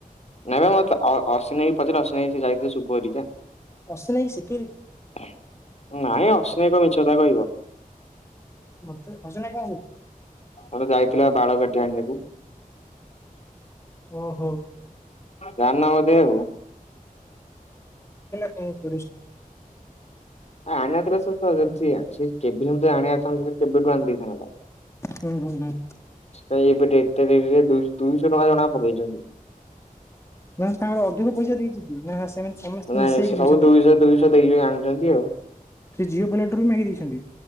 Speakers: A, on the left (about 45°); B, on the left (about 20°).
A: ନାଇଁ ମ ମତେ ଅ ଅଶ୍ୱିନୀ ଭାଇ ପଚାରେ ଅଶ୍ଵିନୀ ଭାଇ ଯାଇଥିଲେ ସୁପର ଟୀକା ନାଇଁ
B: ଅସନାଇ ଶିଖେଇ ଦେଇଥିବେ
A: ଅଶ୍ୱିନୀ ଭାଇ କଣ ମିଛ କଥା କହିବ।
B: ମତେ ଅଶ୍ୱିନୀ ଭାଇ କଣ କହିଚି?
A: ଥରେ ଯାଇଥିଲା ବାଳକାଟି ଆଣିବାକୁ
B: ଓହୋ।
A: ଧାନ ଗାଦେଇନକୁ।
B: ହଁ ସୁରିଶ।
A: ଆଣିବାର ଥିଲା <unintelligible> କେବେଠୁ ଆଣିଦେଇଥାନ୍ତା।
B: ହୁଁ ହୁଁ ହୁଁ।
A: ଭାଇ ଏବେ ଡେଟ ଟେ ଦେଇଥିଲେ ଦୁ ଦୁଇଶହ ଟଙ୍କା ଜଣା କା ପକେଇଚନ୍ତି।
B: ନା ତାଙ୍କର ଅଧିକ ପଇସା ଦେଇଛି କି ନା ସେମିତି ସମସ୍ତେ
A: ନାଇଁ
B: ମିଶେଇକି
A: ସେ
B: ଦେଇଛନ୍ତି।
A: ସବୁ ଦୁଇଶହ ଦୁଇଶହ ଦେଇକ ଆଣୁଚନ୍ତି ଆଉ।
B: ସେ ଝିଅ ପିଲାଠାରୁ ବି ମାଗି ଦେଇଛନ୍ତି।